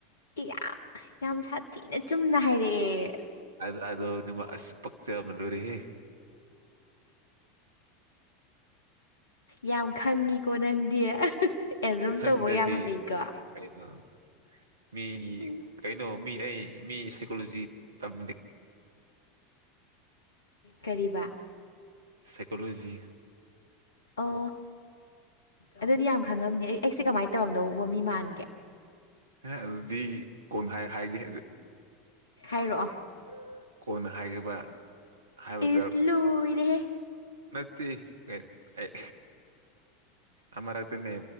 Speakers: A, on the left; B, on the right.
A: ꯌꯥꯝ ꯌꯥꯝ ꯁꯥꯊꯤꯅ ꯆꯨꯝꯅ ꯍꯥꯏꯔꯛꯑꯦ
B: ꯑꯗ ꯑꯗ ꯑꯁ ꯄꯛꯝ ꯂꯨꯔꯤ
A: ꯌꯥꯝ ꯈꯪꯉꯤꯀꯣ ꯅꯪꯗꯤ ꯑꯦꯖꯨꯝ
B: ꯈꯪꯗ꯭ꯔꯗꯤ
A: ꯇꯧꯕ ꯌꯥꯝ ꯍꯩꯀꯣ
B: ꯀꯩꯅꯣ ꯃꯤ
A: ꯎꯝ
B: ꯀꯩꯅꯣ ꯃꯤ ꯑꯩ ꯃꯤ ꯁꯥꯏꯀꯣꯂꯣꯖꯤ ꯇꯝ
A: ꯀꯔꯤꯕ
B: ꯁꯥꯏꯀꯣꯂꯣꯖꯤ
A: ꯑꯣ ꯑꯗꯨꯗꯤ ꯌꯥꯝ ꯈꯪꯉꯝꯅꯦ ꯑꯩ ꯑꯩꯁꯦ ꯀꯃꯥꯏꯅ ꯇꯧꯔꯝꯗꯧ ꯎ ꯃꯤ ꯃꯥꯟꯒꯦ
B: ꯍ ꯑꯗꯨꯗꯤ ꯀꯣꯟꯈꯥꯏ ꯍꯥꯏꯒꯦ
A: ꯍꯥꯏꯥꯏꯔꯛꯑꯣ
B: ꯀꯣꯟꯅ ꯍꯥꯏꯈꯤꯕ ꯍꯥꯏꯕ
A: ꯏꯁ ꯂꯣꯏꯔꯦꯍꯦ
B: ꯅ ꯀ ꯑꯩ ꯑꯃꯔꯛꯇꯅ